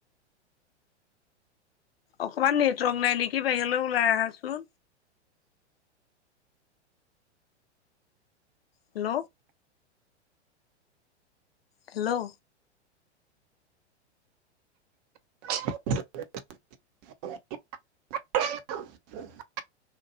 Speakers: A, on the left; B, on the right.
A: অকমান নেটৱৰ্ক নাই নেকি, বাহিৰলে ওলাই আহাচোন। হেল্ল'। হেল্ল'।
B: <inaudible> <inaudible> <inaudible>